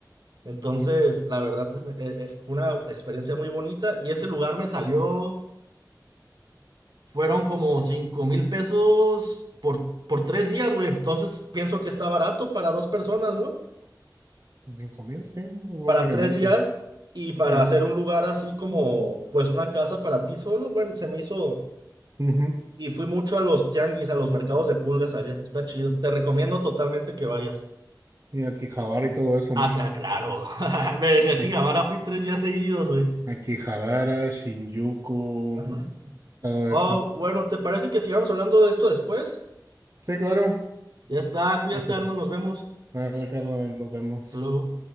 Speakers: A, on the right; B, on the right.
A: Entonces,
B: puta,
A: la verdad, es- eh, eh, fue una experiencia muy bonita y ese lugar me salió. Fueron como cinco mil pesos por, por tres días, güey. Entonces pienso que está barato para dos personas, ¿no?
B: Cinco mil, sí, pues, básicamente.
A: Para tres días y para
B: Ahí.
A: hacer un lugar así como, pues una casa para ti solo, bueno, se me hizo.
B: Ujú.
A: Y fui mucho a los tianguis, a los mercados de pulgas allá. Está chido. Te recomiendo totalmente que vayas.
B: Y aquí Javara y todo eso,
A: Ah,
B: ¿no?
A: cla- claro. <laughs> Ven aquí,
B: Aquí,
A: ahora fui tres días seguidos, güey.
B: aquí Javara, Shinjuku,
A: Ajá.
B: todo
A: Oh,
B: eso.
A: bueno, ¿te parece que sigamos hablando de esto después?
B: Sí, claro.
A: Ya está, cuídate,
B: Sí.
A: Arnold, nos vemos.
B: Dale, Carlos, ahí nos vemos.
A: Hasta luego.